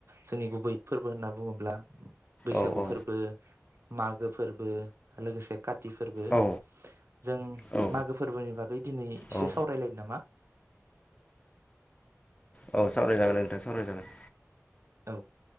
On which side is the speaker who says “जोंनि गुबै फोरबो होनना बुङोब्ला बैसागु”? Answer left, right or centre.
Right